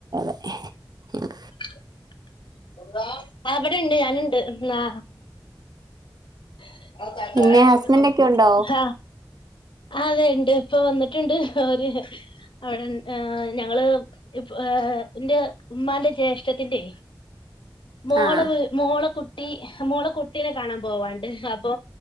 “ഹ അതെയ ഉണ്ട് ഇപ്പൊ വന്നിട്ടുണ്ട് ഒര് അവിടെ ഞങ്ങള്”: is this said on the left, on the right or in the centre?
Left